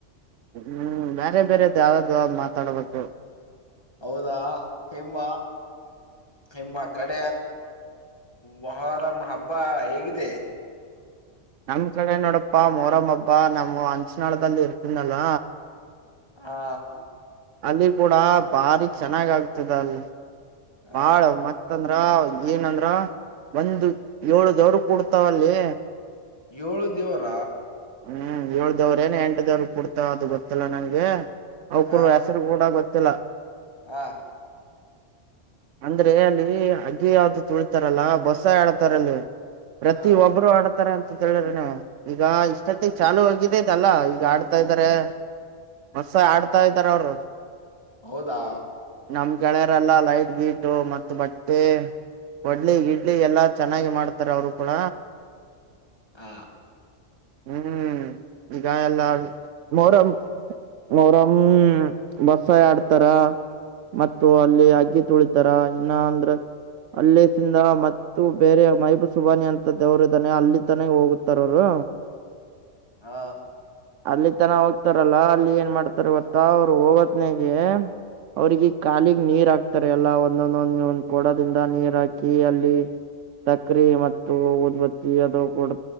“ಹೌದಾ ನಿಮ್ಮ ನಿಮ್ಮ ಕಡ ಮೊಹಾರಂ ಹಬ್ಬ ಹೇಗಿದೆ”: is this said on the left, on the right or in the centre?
Left